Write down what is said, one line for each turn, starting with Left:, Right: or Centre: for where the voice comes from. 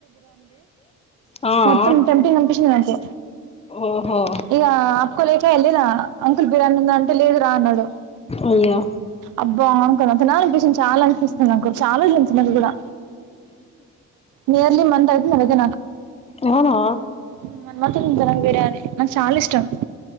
Left: ఆ ఆ
Right: మొత్తం టెంప్టింగ్ అనిపించింది నాకు
Left: ఓహో
Right: ఇక ఆపుకోలేక వెళ్ళిన అంకుల్ బిర్యానీ ఉందా అంటే లేదు రా అన్నాడు
Left: అయ్యో
Right: అబ్బా ఇంకా నాక్ తినాలిపిస్తుంది, చాలా అనిపిస్తుంది నాకు చాలా <inaudible> అవి కూడా నియర్లీ మంత్ అవుతుంది అలాగే
Left: అవునా
Right: ఉమ్ మన్మత నేన్ తినన్ బిర్యాని నాక్ చాల ఇష్టం